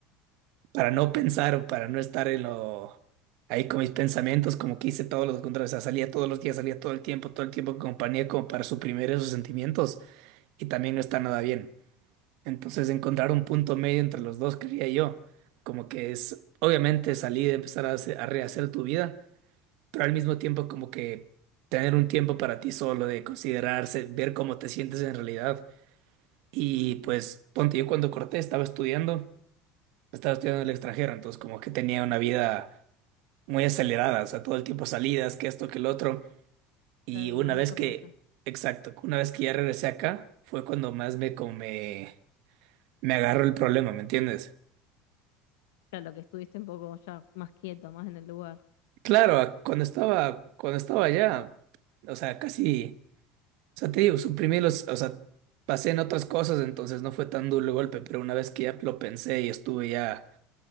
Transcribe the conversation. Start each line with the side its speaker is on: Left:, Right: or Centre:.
Right: para no pensar o para no estar en lo, ahí con mis pensamientos, como que hice todo lo contrario, o sea, salía todos los días, salía todo el tiempo, todo el tiempo con compañía, como para suprimir esos sentimientos y también no está nada bien. Entonces, encontrar un punto medio entre los dos, creía yo, como que es, obviamente salir, empezar a, hacer- a rehacer tu vida pero al mismo tiempo como que tener un tiempo para ti solo, de considerarse, ver cómo te sientes en realidad. Y pues, ponte, yo cuando corté estaba estudiando, estaba estudiando en el extranjero, entonces como que tenía una vida muy acelerada, o sea, todo el tiempo salidas, que esto, que el otro. Y
Left: claro,
Right: una
Left: ibas de
Right: vez
Left: acá
Right: que,
Left: para allá.
Right: exacto, una vez que ya regresé acá, fue cuando más me como me, me agarró el problema, ¿me entiendes?
Left: Claro, que estuviste un poco ya más quieto, más en el lugar.
Right: Claro, a- cuando estaba, cuando estaba allá, o sea, casi... O sea, te digo, suprimí los, o sea, pasé en otras cosas, entonces no fue tan duro el golpe, pero una vez que ya lo pensé y estuve ya